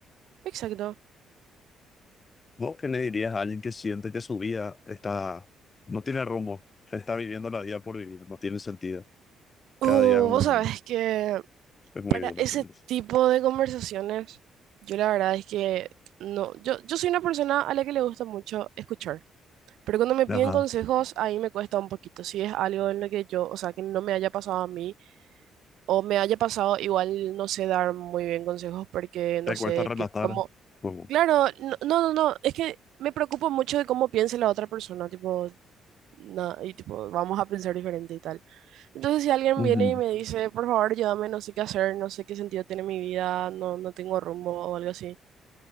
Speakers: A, on the right; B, on the left.
A: Exacto.
B: ¿Vos qué le dirías a alguien que siente que su vida está, no tiene rumbo, está viviendo la vida por vivir, no tiene sentido? Cada
A: Uh,
B: día es, un,
A: vos sabés que
B: es muy
A: para
B: duro,
A: ese
B: ¿entendés?
A: tipo de conversaciones, yo la verdad es que no, yo, yo soy una persona a la que le gusta mucho escuchar, pero cuando me
B: Ajá.
A: piden consejos, ahí me cuesta un poquito, si es algo en lo que yo, o sea, que no me haya pasado a mí o me haya pasado, igual no sé dar muy bien consejos porque no
B: Te
A: sé
B: cuesta relatar,
A: qué- cómo.
B: como,
A: Claro, no, no, no, no, es que me preocupo mucho de cómo piense la otra persona, tipo, na- y tipo, vamos a pensar diferente y tal. Entonces, si alguien
B: ujú,
A: viene y me dice, por favor, ayúdame, no sé qué hacer, no sé qué sentido tiene mi vida, no, no tengo rumbo o algo así,